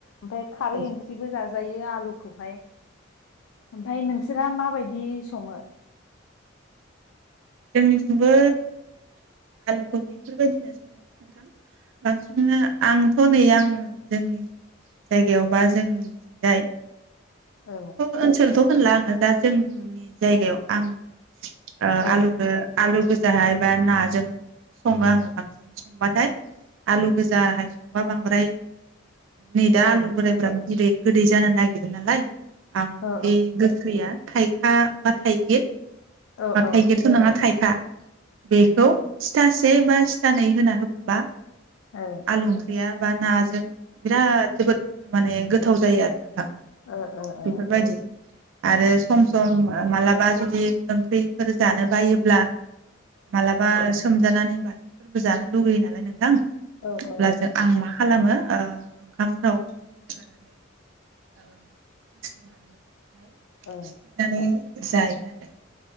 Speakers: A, on the left; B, on the right.
A: ओमफाय खारै
B: औ
A: ओंख्रिबो जाजा आलुखौहाय ओमफाय नोंसोरा माबायदि सङो
B: जोंनिथिंबो आलुखौ बेफोरबायदिनो सङो नोंथां बांसिनानो आंथ' नै आं जोंनि जायगायाव बा जोंनिथिंजाय
A: औ
B: <unintelligible> ओनसोलथ' होनला आङो दा जोंनि जायगायाव आंनो ओ
A: औ
B: आलु आलु गो गोजाहाय बा नाजों सङो आङो बांसिन संबाथाय आलु गोजाहाय संबा बांद्राय नै दा
A: औ
B: आलु बोरायफ्रा बिदै गोदै जानो नागिरो नालाय आं
A: औ
B: बे गोखैया थाइखा बा थाइगिर
A: औ
B: अ
A: औ
B: थाइगिरथ' नङा थाइखा बेखौ
A: आतसा
B: सिथासे से बा सिथानै होना होफाबा
A: औ
B: आलु ओंख्रिया बा नाजों बिराद जोबोद माने गो थाव जायो आरो नोंथां
A: ओ ओ ओ
B: बेफोरबायदि आरो
A: उम
B: सम सम मालाबा बा जुदि ओंख्रिफोर जानो बायोब्ला मालाबा सोमजानानै बाथोनफोरबो जानो लुगैयो नालाय नोंथां
A: औ
B: अब्ला
A: औ
B: जों आं मा खालामो ओ ओंखामफ्राव <unintelligible>
A: औ
B: सिफ्लेनानै जायो आरो